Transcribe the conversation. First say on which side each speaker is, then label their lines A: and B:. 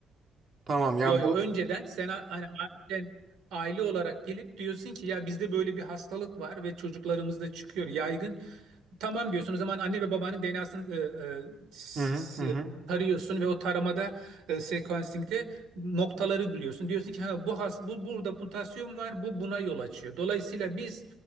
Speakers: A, on the right; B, on the right.
A: Tamam yani
B: Yo yo
A: bu
B: önceden sen a- hani a- sen aile olarak gelip diyorsun ki ya bizde böyle bir hastalık var ve çocuklarımızda çıkıyor yaygın. Tamam diyorsun. O zaman anne ve babanın DNA'sını e, e, s-
A: hı hı hı. hı.
B: e, tarıyorsun ve o taramada e, sequencing'de noktaları buluyorsun. Diyorsun ki ha, bu has bu burada mutasyon var. Bu buna yol açıyor. Dolayısıyla biz